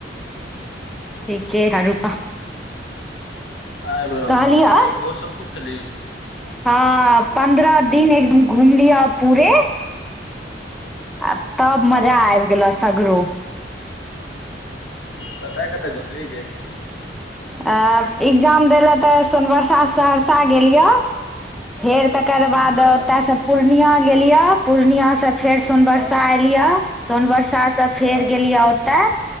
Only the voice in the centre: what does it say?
ठीके है रुपा
कहलियौ
हँ पन्द्रह दिन एकदम घुमलियअ पूरे आ तब मजा
आयब गेल सगरो
अ एग्जाम दै ल तऽ सोनबरसा सहरसा गेलियै फेर त ओकर बाद
ओतय से पूर्णिया गेलियौ पूर्णिया से फेर सोनबरसा
एलियै सोन वरसा से फेर
गेलियै ओतय